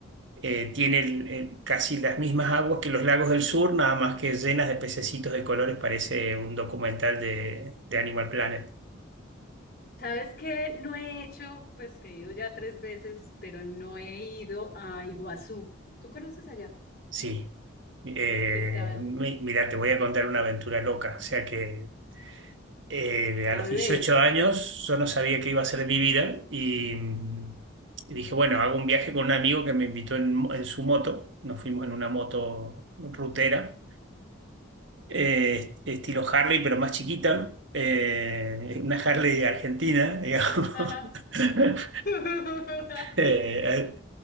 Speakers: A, on the right; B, on the left.
A: eh, tiene el- el- casi las mismas aguas que los lagos del sur, nada más que llenas de pececitos de colores, parece un documental de, de Animal Planet.
B: ¿Sabes qué? No he hecho, pues que he ido ya tres veces, pero no he ido a Iguazú. ¿Tú conoces allá?
A: Sí. Eh,
B: ¿Qué tal?
A: mi- mira, te voy a contar una aventura loca. O sea que eh,
B: A
A: a los
B: ver.
A: 18 años yo no sabía qué iba a ser de mi vida y, mm, y dije, bueno, hago un viaje con un amigo que me invitó en, mo- en su moto. Nos fuimos en una moto rutera eh, estilo Harley, pero más chiquita, eh, una Harley argentina, digamos.
B: Ajá.
A: <laughs>
B: <laughs>
A: Eh,